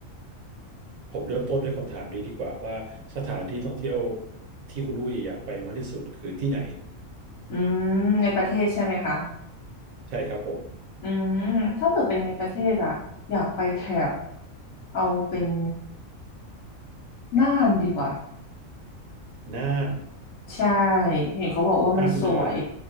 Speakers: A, on the right; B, on the left.
A: ผมเริ่มต้นด้วยคำถามนี้ดีกว่าว่าสถานที่ท่องเที่ยวที่คุณอุ้ยอยากไปมากที่สุดคือที่ไหน
B: อืมในประเทศใช่ไหมคะ
A: ใช่ครับผม
B: อืมถ้าเกิดเป็นในประเทศอะอยากไปแถบเอาเป็นน่านดีกว่า
A: น่าน
B: ใช่เห็นเขาบอกว่ามันสวย
A: ภาคเหนือ